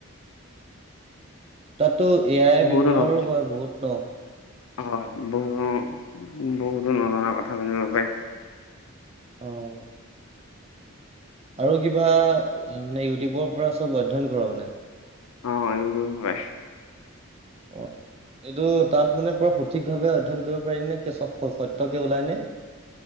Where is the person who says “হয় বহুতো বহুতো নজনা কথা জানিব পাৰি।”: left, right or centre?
Left